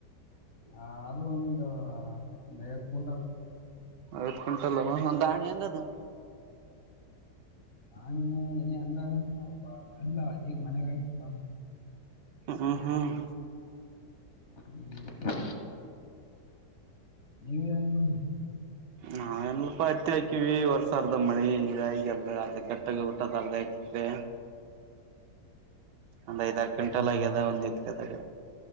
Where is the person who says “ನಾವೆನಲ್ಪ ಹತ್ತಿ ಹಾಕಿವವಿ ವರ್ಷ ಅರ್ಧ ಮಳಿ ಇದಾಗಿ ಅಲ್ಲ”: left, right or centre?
Right